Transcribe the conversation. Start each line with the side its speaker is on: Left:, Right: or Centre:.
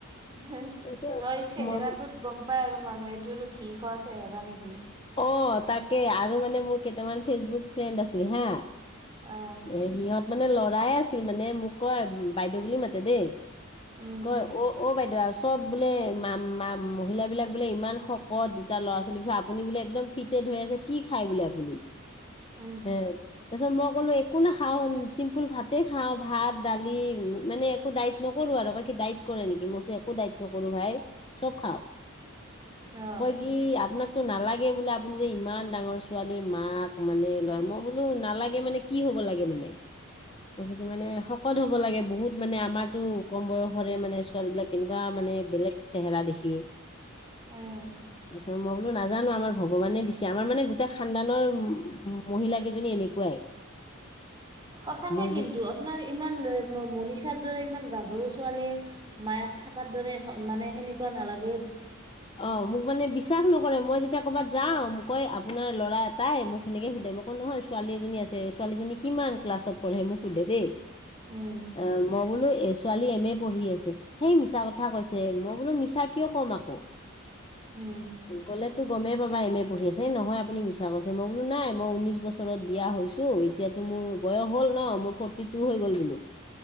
Right: নহয়
Left: তাৰপিছত
Right: চেহেৰাটোত
Left: মই বোলো
Right: গম পাই আৰু মানুহে এইটোৱেটো আৰু ঘি খোৱা‌ চেহেৰা নেকি?
Left: অঁ তাকে আৰু মানে ম মোৰ কেইটামান ফেচবুক ফ্ৰেন্ড আছিল হা
Right: অ
Left: এ সিহঁত মানে লৰাই আছিল মানে মোক কয়, বাইদেউ বুলি মাতে দেই।
Right: উম
Left: কয় অ' অ' বাইদেউ আছো চব বোলে মা মা মহিলাবিলাক বোলে ইমান শকত দুটা ল'ৰা ছোৱালীৰ পিছত আপুনি বোলে একদম ফিটেত হৈ আছে। কি খায় বোলে আপুনি? তাৰপিছত
Right: উম
Left: মই ক'লো একো নাখাওঁ চিম্পুল ভাতে খাওঁ ভাত দালি মানে একো ডাইট নকৰো আৰু বাকী দাইট কৰে নেকি মই কৈছো একো দাইট নকৰো ভাই চব খাওঁ।
Right: অ
Left: তই কি আপনাক টো নালাগে বোলে আপুনি যে ইমান ডাঙৰ ছোৱালীৰ মাক মানে, মই বোলো নালাগে মানে কি হব লাগে মানে কৈছে কি মানে শকত হব লাগে বহুত মানে আমাৰকো কম বয়সতে মানে ছোৱালীবিলাক কেনেকুৱা মানে বেলেগ চেহেৰা দেখি।
Right: উম।
Left: তাৰপিছত মই বোলো নাজানো আমাৰ ভগৱানে দিছে আমাৰ মানে গোটেই খানদানৰ মহিলা কেইজনী এনেকুৱাই।
Right: সঁচাকে
Left: মোৰ
Right: কিন্তু
Left: যে
Right: আপোনাৰ ইমান মনিষা দৰে ইমান গাভৰু ছোৱালীয়ে মায়াক থকাৰ দৰে মানে সেনেকুৱা নালাগ
Left: অ', মোক মানে বিশ্বাস নকৰে মই যে এতিয়া ক'বাত যাওঁ কৈ আপোনাৰ ল'ৰা তাই মোক সেনেকে সুধে মই কওঁ নহয় ছোৱালীজনী আছে। ছোৱালীজনী কিমান ক্লাছত পঢ়ে মোক সোধে দেই
Right: উম
Left: অ', মই বোলো এ ছোৱালী এম এ পঢ়ি আছে সেই মিছা কথা কৈছে মই বোলো মিছা কিয় কম আকৌ,
Right: উম
Left: গ'লে ত গমেই পাবাম এম এ পঢ়িছে, নহয় আপুনি মি ডাঙৰ যে, নাই মই ঊন্নিছ বছৰত বিয়া হৈছো এ এতিয়াতো মোৰ বয়স হ'ল ন' মোৰ ফৰটি মোৰ হৈ গ'ল বোলো।